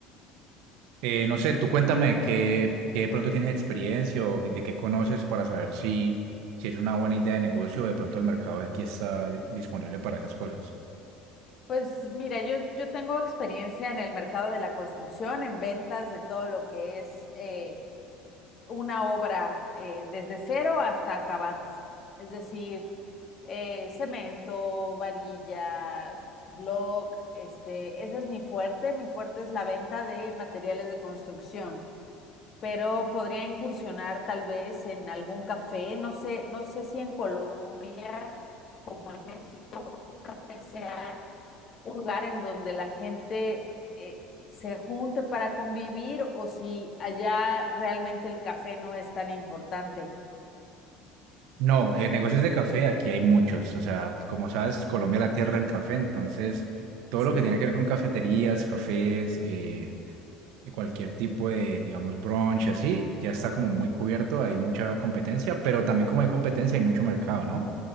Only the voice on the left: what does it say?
Pues mira, yo, yo tengo experiencia en el mercado de la construcción, en ventas de todo lo que es eh, una obra eh, desde cero hasta acabados. Es decir, eh, cemento, varilla, block, este, ese es mi fuerte. Mi fuerte es la venta de materiales de construcción pero podría incursionar tal vez en algún café, no sé, no sé si en Colombia como en México, un café sea un lugar en donde la gente eh, se junte para convivir o si allá realmente el café no es tan importante.
Sí,